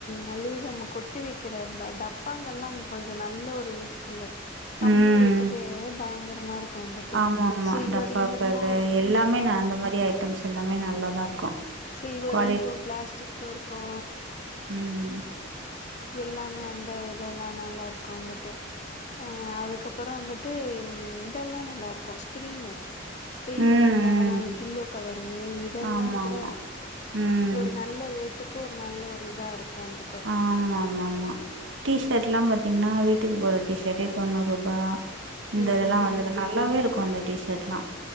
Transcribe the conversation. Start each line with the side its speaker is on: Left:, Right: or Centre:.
Left: மளிக ஜாமா கொட்டி வெக்கெற ப டப்பாங்களெல்லா அங் கொஞ்சொ நல்ல ஒரு யூஸ்ஃபுல்லு கம்மி
Right: ம்
Left: ரேட்டுக்கே பயங்கரமா இருக்கு வந்துட்டு
Right: ஆமா
Left: சில்வர்லயு
Right: டப்பாக்களு
Left: இருக்கு
Right: எல்லாமே
Left: ஆ
Right: ந அந்த மாரி ஐட்டம்ஸ் எல்லாமே நல்லாதா இருக்கு
Left: சில்வரு
Right: குவாலிட்
Left: இருக்கு பிளாஸ்டிக்கு இருக்கு
Right: ம்
Left: எல்லாமே அந்த இதெல்லா நல்லாருக்கு வந்துட்டு அ அதுக்கப்புற வந்துட்டு இதல்லா நல்லாருக்கு ஸ்கிரீனு ஸ்கிரீனு
Right: ம்
Left: தலைவாணி
Right: ம்
Left: பில்லோ கவரு இதெல்லா
Right: ஆமா
Left: குட
Right: ஆமா ம்
Left: ஒரு நல்ல ரேட்டுக்கு ஒரு நல்ல ஒரு இதா இருக்கு வந்துட்டு
Right: ஆமாமாமா டீஷர்ட்லா பாத்தீஙன்னா வீட்டுக்கு போற டீ ஷர்ட்டே தொண்ணூறுபா இந்த
Left: ம்
Right: இதல்லா வந்துகு நல்லாவே இருக்கு அந்த டீஷர்ட்லா